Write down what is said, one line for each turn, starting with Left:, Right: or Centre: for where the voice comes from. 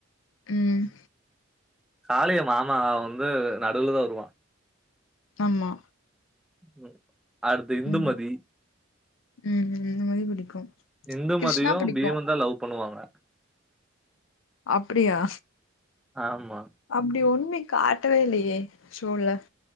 Left: ம்
Centre: காலிய மாமா வந்து நடுவுல தா வருவா
Left: ஆம்மா
Centre: ம் அடுத்து இந்துமதி
Left: ம் ம் ம், இந்த மாதிரி பிடிக்கும்
Centre: இந்து
Left: கிருஷ்ணா
Centre: மதியு
Left: பிடிக்கும்
Centre: பீமு தா லவ் பண்ணுவாங்க
Left: அப்டியா
Centre: ஆமா
Left: அப்டி ஒண்மே காட்டவே இல்லையே சோவ்ல